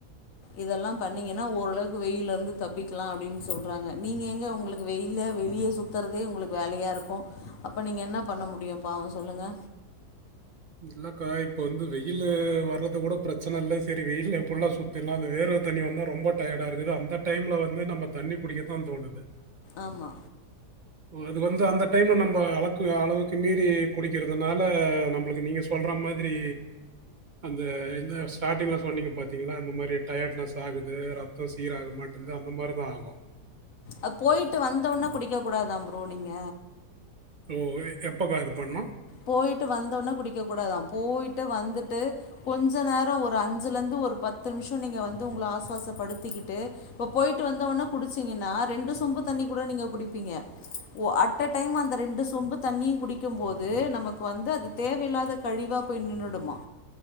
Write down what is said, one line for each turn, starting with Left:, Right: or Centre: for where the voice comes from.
Left: இதெல்லா பண்ணீங்கன்னா ஓரளவுக்கு வெயில இருந்து தப்பிக்கலா அப்டின்னு சொல்றாங்க நீங்க எங்க உங்களுக்கு வெயில்ல வெளிய சுத் சுத்துறதே உங்களுக்கு வேலையா இருக்கு அப்போ நீங்க என்ன பண்ண முடியு பாவு சொல்லுங்க
Right: இல்லக்கா இப்ப வந்து வெயிலு வர்றத கூட பெரச் ப்ரச்சன இல்ல செரி வெய்யில்ல புல்லா சுத்திருந்த அந்த வேர்வ தண்ணி வந்த ரொம்ப டயடா இருக்குது அந்த டைம்ல வந்து நம்ம தண்ணி குடிக்கத்தா தோணுது
Left: ஆமா
Right: ஒ அது வந்து அந்த டைம்ல நம்ப அளக்கு அளவுக்கு மீறி குடிக்கிறதுனால நம்ளுக்கு நீங்க சொல்றா மாதிரி அந்த இந்த ஸ்டார்டிங்ல சொன்னீங்க பாத்திங்ளா இந்த மாரி டயட்நெஸ் ஆகுது ரத் தோ சீராக மாட்டேந்து அந்த மாரி தா ஆகு
Left: அ போய்ட்டு வந்தவுன குடிக்க கூடாதா ப்ரோ நீங்க
Right: ஒ எப்பொக்க இது பண்ணொ
Left: போய்ட்டு வந்தோனெ குடிக்க கூடாதா போய்ட்டு வந்துட்டு கொஞ்ச நேரொ ஒரு அஞ்சுலந்து ஒரு பத்து நிமிஷோ நீங்க வந்து உங்கள ஆசுவாசப்படுத்திக்கிட்டு இப்ப போய்ட்டு வந்த ஒன்னே குடுச்சிங்கன்னா ரெண்டு சொம்பு தண்ணி கூட நீங்க குடிப்பீங்க ஒ அட்ட டைம் அந்த ரெண்டு சொம்பு தண்ணியு குடிக்க போ து நமக்கு வந்து அது தேவையில்லாத கழிவா போய் நின்னுடுமா